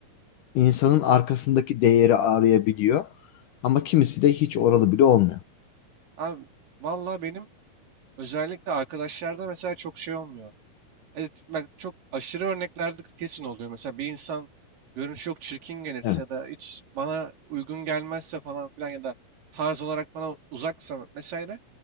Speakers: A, on the left; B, on the right.
A: insanın arkasındaki değeri arayabiliyor. Ama kimisi de hiç oralı bile olmuyor.
B: Abi valla benim özellikle arkadaşlarda mesela çok şey olmuyor. Evet, bak çok aşırı örneklerde kesin oluyor. Mesela bir insan görünüş çok çirkin gelirse
A: Evet.
B: ya da hiç bana uygun gelmezse falan filan ya da tarz olarak bana uzaksa mesela yine-